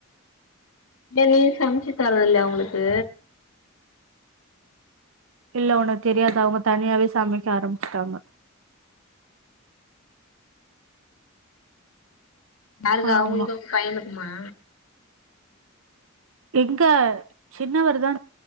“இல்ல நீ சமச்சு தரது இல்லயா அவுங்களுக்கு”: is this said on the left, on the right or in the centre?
Left